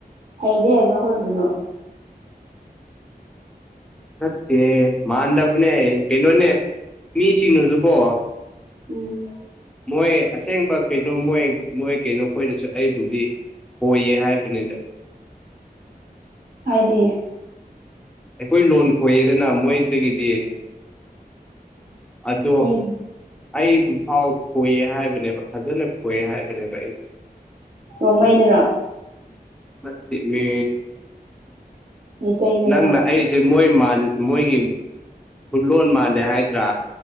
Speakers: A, on the right; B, in the centre.
A: ꯍꯩꯗꯤ ꯍꯥꯏꯕ꯭ꯔꯣ ꯀꯕꯗꯣ
B: ꯐꯠꯇꯦ ꯃꯥꯟꯗꯕꯅꯦ ꯀꯩꯅꯣꯅꯦ ꯃꯤꯁꯤꯡꯅꯁꯨꯀꯣ
A: ꯎꯝ
B: ꯃꯣꯏ ꯑꯁꯦꯡꯕ ꯀꯩꯅꯣ ꯃꯣꯏ ꯃꯣꯏ ꯀꯩꯅꯣ ꯑꯩꯈꯣꯏꯗꯁꯨ ꯑꯩꯕꯨꯗꯤ ꯍꯣꯏꯌꯦ ꯍꯥꯏꯕꯅꯤꯗ
A: ꯍꯥꯏꯗꯤ
B: ꯑꯩꯈꯣꯏ ꯂꯣꯟ ꯈꯣꯏꯌꯦꯗꯅ ꯃꯣꯏꯗꯒꯤꯗꯤ ꯑꯗꯣ
A: ꯑꯩꯈꯣꯏ
B: ꯑꯩꯕꯨ ꯐꯥꯎ ꯀꯣꯏꯌꯦ ꯍꯥꯏꯕꯅꯦꯕ ꯑꯗꯨꯂ ꯈꯣꯏ ꯍꯥꯏꯕꯅꯦꯕꯥ
A: ꯅꯣꯡꯃꯩꯗꯔꯣ
B: <unintelligible> ꯃꯤ
A: <unintelligible> ꯇꯩꯗꯔꯣ
B: ꯅꯪꯅ ꯑꯩꯁꯦ ꯃꯣꯏ ꯃꯣꯏꯒꯤ ꯐꯨꯠꯂꯣꯟ ꯃꯥꯜꯂꯦ ꯍꯥꯏꯗ꯭ꯔꯥ